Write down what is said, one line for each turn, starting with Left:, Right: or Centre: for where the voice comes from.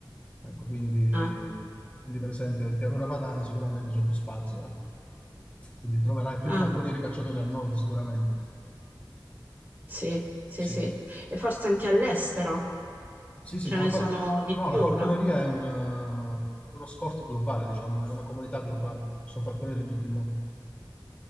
Left: Ecco, quindi,
Right: Ah,
Left: quindi, per esempio in pianura padana sicuramente c'è più spazio, ecco. Quindi troverai più
Right: ah,
Left: falconieri cacciatori al nord sicuramente.
Right: sì, sì,
Left: Sì,
Right: sì. E forse anche all'estero
Left: sì, sì,
Right: ce
Left: ma
Right: ne
Left: la, falco-
Right: sono di
Left: no,
Right: più,
Left: la falconeria
Right: no?
Left: è un, eh, uno sport globale, diciamo, è una comunità globale. Ci sono falconieri in tutto il mondo.